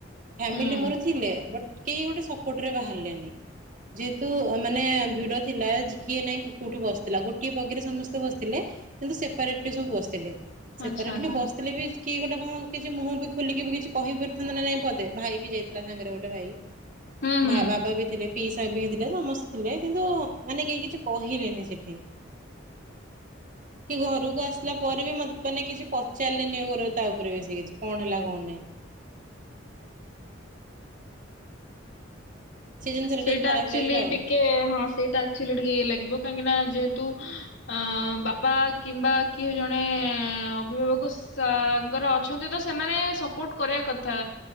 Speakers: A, on the right; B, on the left.
A: ଫ୍ୟାମିଲି
B: ହୁଁ
A: ମୋର ଥିଲେ ବଟ୍ କେହି ଗୋଟେ ସପୋର୍ଟରେ ବାହାରିଲେନି। ଯେହେତୁ ମାନେ ଭିଡ ଥିଲା କିଏ ନାଇଁ କୋଉଠି ବସିଥିଲା ଗୋଟିଏ ବଗିରେ ସମସ୍ତେ ବସିଥିଲେ। କିନ୍ତୁ ସେପାରେଟ୍ଲି ସବୁ ବସିଥିଲେ ସେପାରେଟ୍ଲି
B: ଆଚ୍ଛା ଆଚ୍ଛା
A: ବସ୍ ଥିଲେବି କିଏ ଗୋଟେ କଣ କିଛି ମୁହଁ ବି ଖୋଲିକି ବି କିଛି କହିପାରିଥାନ୍ତା ନା ନାଇଁ ପଦେ ଭାଇ ବି ଯାଇଥିଲା ସାଙ୍ଗରେ ଗୋଟେ ଭାଇ।
B: ହୁଁ
A: ବା
B: ହୁଁ।
A: ବାବା ବି ଥିଲେ ପିଇସା ବି ଥିଲେ ସମସ୍ତେ ଥିଲେ କିନ୍ତୁ ମାନେ କେହି କିଛି କହିଲେନି ସେଠି।
B: <inaudible>
A: କି ଘରକୁ ଆସିଲା ପରେ ବି ମୋତ୍ ମାନେ କିଛି ପଚାରିଲେନି ଏଗୁରା ତା ଉପରେ ବେଶି କିଛି କଣ ହେଲା କଣ ନାହିଁ? ସେ ଜିନିଷଟା
B: ସେଇଟା
A: ଟିକେ ଖରାପ
B: ଆକଚୁଆଲି
A: ଲାଗିଲା ଆଉ
B: ଟିକେ ହଁ ସେଇଟା ଆକଚୁଆଲିି ଟିକେ ଇଏ ଲାଗିବ କାହିଁକି ନା ଯେହେତୁ ଅଁ ବାପା କିମ୍ବା କିଏ ଜଣେ ଅଭିଭାବକ ସାଙ୍ଗରେ ଅଛନ୍ତି ତ ସେମାନେ ସପୋର୍ଟ କରିବା କଥା।